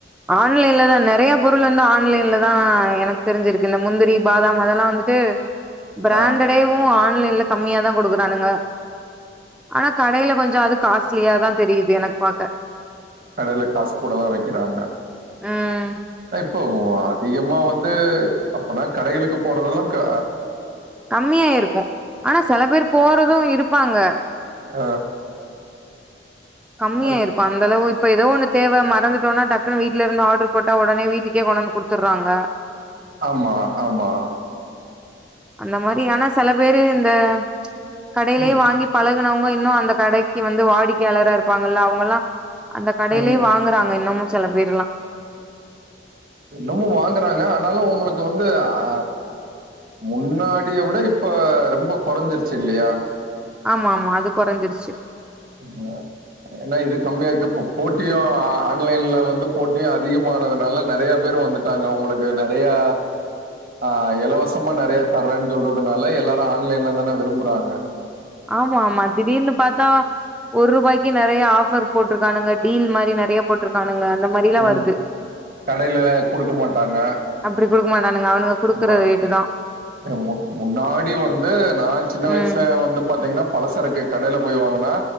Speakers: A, in the centre; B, on the right.
A: ஆன்லைன்லதான் நெறைய பொருள் வந்து ஆன்லைன்ல தான் எனக்கு தெரிஞ்சிருக்கு இந்த முந்திரி பாதாம் அதெல்லாம் வந்து பிராண்டடேவும்
B: ஆ
A: ஆன்லைன்ல கம்மியா தான் கொடுக்குறானுங்க ஆனா கடயில கொஞ்சம் அது காஸ்ட்லியாதான் தெரியிது எனக்கு பாக்க
B: கடயில காசு கூட தான் வைக்கிறாங்க
A: ம்
B: இப்போ அதிகமா வந்து அப்பனா கடைகளுக்கு போறதெல்லாம் கா
A: கம்மியா இருக்கும் ஆனா சில பேர் போறதும் இருப்பாங்க
B: ஆ
A: கம்மியாருக்கும்
B: மாரி
A: அந்த அளவு இப்ப ஏதோ ஒண்ணு தேவ மறந்துட்டோனா டக்குன்னு வீட்டுலருந்து ஆர்டரு போட்டா உடனே வீட்டுக்கே கொண்டுவந்து கொடுத்துறாங்க
B: ஆமா ஆமா
A: அந்த மாதிரியானா செல பேரு இந்த கடயிலே
B: ம்,
A: வாங்கி பழக குனவங்க இன்னும் அந்த கடைக்கு வந்து வாடிக்கையாளரா இருப்பாங்கல்ல அவங்கல்லாம் அந்த கடையிலேயே
B: ம்.
A: வாங்குறாங்க இன்னமும் செல பேர்ல்லாம்
B: இன்னமும் வாங்கறாங்க ஆனாலும் உங்களுக்கு வந்து ஆ முன்னாடிய விட இப்ப ரொம்ப குறைஞ்சிருச்சி இல்லையா
A: ஆமா ஆமா அது குறஞ்சிருச்சி
B: <unintelligible> ஏனா இது கம்மியாருக்கு போ போட்டியு ஆ ஆன்லைன்ல வந்து போட்டியு அதிகமானதுனால நறைய பேர் க்கு வந்துட்டாங்க உங்களுக்கு நறையா ஆ இலவசமா நறையா தர்றேன்னு சொல்றதுனால எல்லாரு ஆன்லைன்ல தான விரும்பறாங்க
A: ஆமா ஆமா திடீர்னு பாத்தா ஒரு ரூபாய்க்கு நறையா ஆஃபர் போட்டருக்கானுங்க டீல் மாரி நறையா போட்ருக்கானுங்க அந்த மாரிலா
B: ம்
A: வருது
B: கடையில கொடுக்க மாட்டாங்க
A: அப்பிடி குடுக்குமா ட்டானுங்க அவனுங்க குடுக்கற
B: ஆமா
A: ரேட்டு தா
B: மு முன்னாடி வந்து நா சின்ன வயசுல
A: ம்
B: வந்து பாத்தீங்ன்னா பலசருக்கு கடயிலே போய் வாங்கனா